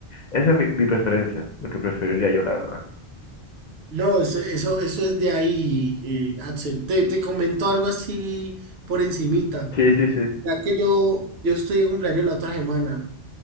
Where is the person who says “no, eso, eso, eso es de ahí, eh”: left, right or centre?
Right